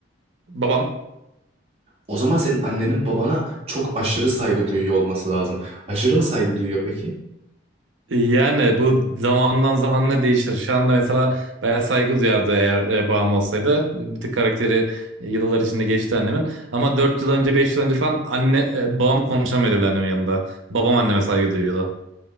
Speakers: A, on the right (about 80°); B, on the right (about 30°).
A: Babam.
B: O zaman senin annenin babana çok aşırı saygı duyuyor olması lazım. Aşırı mı saygı duyuyor peki?
A: e, Yani bu zamandan zamanla değişir. Şu anda mesela bayağı saygı duyardı eğer e, babam olsaydı. Bir tık karakteri e, yıllar içinde geçti annemin. Ama 4 yıl önce, 5 yıl önce falan anne, e, babam konuşamıyordu bile annemin yanında. Babam anneme saygı duyuyordu.